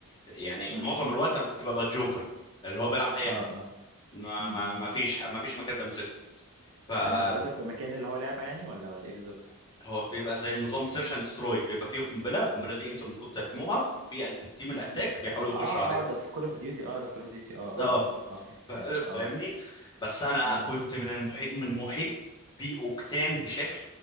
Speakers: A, on the left; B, on the right.
A: يعني
B: امم
A: معظم الوقت انا كنت ببقى جوكر اللي هو بيلعب في اي
B: اه
A: حته
B: اه
A: ما
B: امم
A: ما ما فيش ما فيش مكان بمسكه فلا
B: يعني انت قصدك بمكان اللي هو لعبه يعني ولا ولا ايه بالظبط
A: هو بيبقى زي نظام سيرش اند ستروي بيبقى فيه قنبله القنبله دي انت المفروض تحموها وفي قد التيم الاتاك
B: امم
A: بيحاولوا يخشوا
B: اه
A: عليها
B: اه ده في كول اوف ديوتي اه ده في كول اوف ديوتي اه اه
A: اه
B: اه اه فهمت
A: فا-
B: فهمت
A: فاهمني
B: اه
A: بس انا
B: امم
A: كنت من المحب من محبي اوكتان بشكل